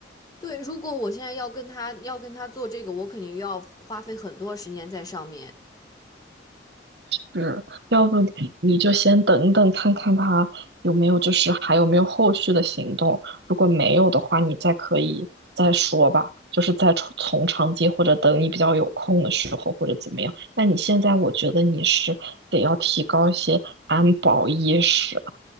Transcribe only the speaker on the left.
对，如果我现在要跟他要跟他做这个，我肯定要花费很多时间在上面。